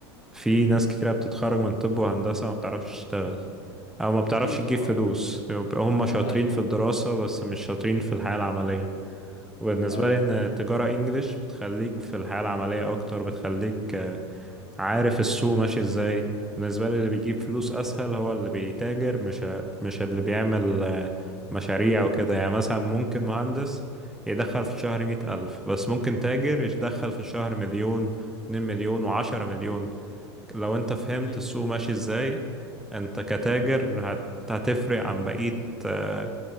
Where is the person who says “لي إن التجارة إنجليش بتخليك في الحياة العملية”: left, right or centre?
Centre